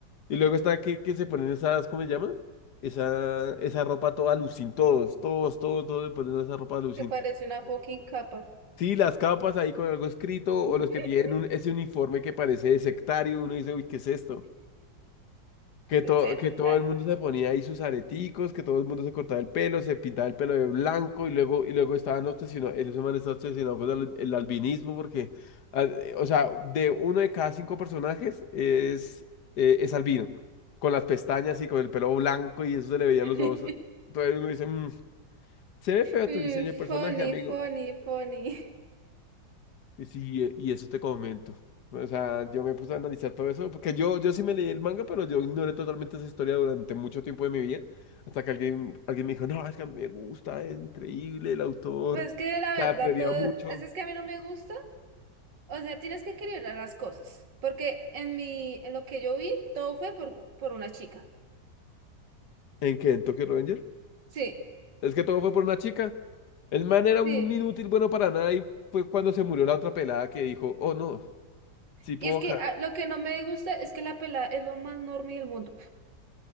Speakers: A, on the left; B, on the right.
A: Y luego está que, que se ponen esas, ¿cómo se llama? Esa, esa ropa toda alucin, todos, todos, todos, todos se ponen esa ropa alucin.
B: Me pareció una fucking capa.
A: Sí, las capas ahí con algo escrito,
B: <laughs>
A: o los que tienen un- ese uniforme que parece de sectario, uno dice, uy, ¿qué es esto? Que,
B: De
A: to-
B: ser,
A: que todo
B: ah.
A: el mundo se ponía ahí sus areticos, que todo el mundo se cortaba el pelo, se pintaba el pelo de blanco y luego, y luego estaban obsesionados, el man está obsesionado con el, el albinismo porque, ah, eh, o sea, de uno de cada cinco personajes es, eh, es albino, con las pestañas y con el pelo blanco y eso se le veían los
B: <laughs>
A: ojos. Entonces uno dice, "Mm, se ve feo
B: Mm,
A: tu diseño de
B: funny,
A: personaje, amigo.
B: funny, funny.
A: Y sí, eh, y eso te comento. O sea, yo me puse a analizar todo eso, porque yo, yo sí me leí el manga, pero yo ignoré totalmente esa historia durante mucho tiempo de mi vida, hasta que alguien, alguien me dijo, no, es que a mí me gusta, es increíble, el autor
B: Pues que la verdad,
A: se atrevía
B: todo,
A: mucho.
B: es es que a mí no me gusta. O sea, tienes que equilibrar las cosas, porque en mi, en lo que yo vi, todo fue por, por una chica.
A: ¿En qué? ¿En Tokyo Revenger?
B: Sí,
A: Es que todo fue por una chica. El man era
B: sí.
A: un inútil bueno para nada y fue cuando se murió la otra pelada que dijo, oh no, sí puedo
B: Y es que
A: ca-".
B: ah, lo que no me gusta es que la pelada es lo más normal del mundo.